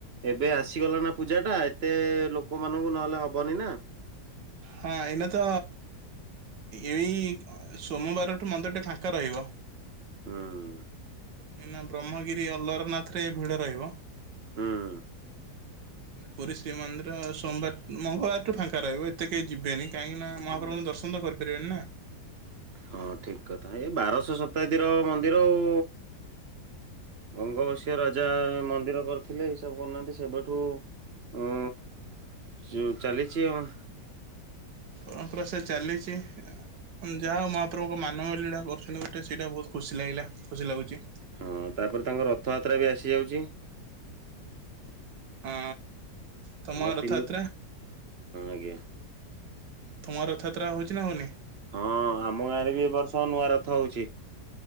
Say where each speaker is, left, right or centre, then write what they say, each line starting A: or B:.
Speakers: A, on the right; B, on the right.
A: ଏବେ ଆସିଗଲା ନା ପୂଜାଟା ଏତେ ଲୋକମାନଙ୍କୁ ନହେଲେ ହବନି ନା!
B: ହଁ ଏଇନା ତ, ଏଇ ସୋମବାରଠୁ ମନ୍ଦିର ଟିକେ ଫାଙ୍କା ରହିବ।
A: ହୁଁ।
B: ଏଇନା ବ୍ରହ୍ମଗିରି ଅଲାରନାଥରେ ଭିଡ ରହିବ।
A: ହୁଁ।
B: ପୁରୀ ଶ୍ରୀ ମନ୍ଦିର ସୋମବାର ମଙ୍ଗଳବାରଠୁ ଫାଙ୍କା ରହିବ ଏତେ କେହି ଯିବେନି। କାହିଁକି ନା
A: ହୁଁ
B: ମହାପ୍ରଭୁଙ୍କୁ ଦର୍ଶନ ତ କରିପାରିବେନି ନା!
A: ହଁ ଠିକ କଥା। ଇଏ ବାରଶହ ଶତାବ୍ଦୀର ମନ୍ଦିର ଆଉ। ଗଙ୍ଗବଶୀୟ ରାଜା ମନ୍ଦିର କରିଥିଲେ ହିସାବ କରୁନାହାଁନ୍ତି ସେବେଠୁ। ଆ ଚ ଚାଲିଛି ହ।
B: ପରମ୍ପରା ସେ ଚାଲିଛି। ଯାହା ହଉ ମହାପ୍ରଭୁଙ୍କ ମାନବ ଲୀଳା କରୁଥିଲେ ଗୋଟେ ସେଇଟା ବୋହୁତ ଖୁସି ଲାଗିଲା ଖୁସି ଲାଗୁଛି।
A: ହଁ ତାପରେ ତାଙ୍କର ରଥଯାତ୍ରା ବି ଆସି ଯାଉଛି।
B: ହଁ ତମ
A: ଆମର
B: ଗାଁ ରଥଯାତ୍ରା?
A: ତିନି ହଁ ଆଜ୍ଞା
B: ତମ ଗାଁରେ ରଥଯାତ୍ରା ହଉଛି ନା ହଉନି?
A: ହଁ ଆମ ଗାଁରେ ବି ଏବ ବର୍ଷ ନୂଆ ରଥ ହଉଛି।